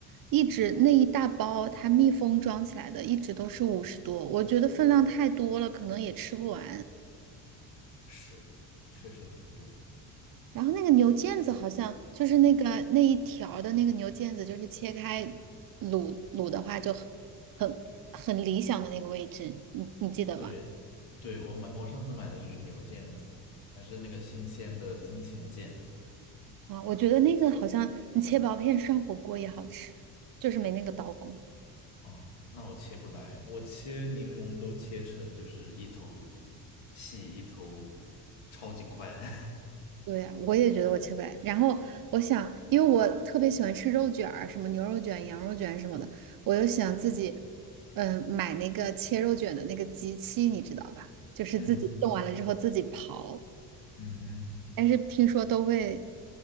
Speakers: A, on the right; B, on the left.
A: 一直那一大包它密封装起来的，一直都是五十多，我觉得分量太多了，可能也吃不完。
B: 是确实很多。
A: 然后那个牛腱子好像就是那个那一条儿的那个牛腱子，就是切开卤卤的话就很很很理想的那个位置，你你记得吧？
B: 对，对，我买，我上次买的就是牛腱子，还是那个新鲜的金钱腱。
A: 啊，我觉得那个好像你切薄片涮火锅也好吃，就是没那个刀工。
B: 哦，那我切不来，我切柠檬都切成就是一头细，一头超级宽。<laughs>
A: 对呀，我也觉得我切不来。然后我想，因为我特别喜欢吃肉卷儿什么牛肉卷、羊肉卷什么的，我又想自己，嗯，买那个切肉卷的那个机器，你知道吧？就是自己冻完了之后自己刨，
B: 嗯哼，嗯哼，
A: 但是听说都会，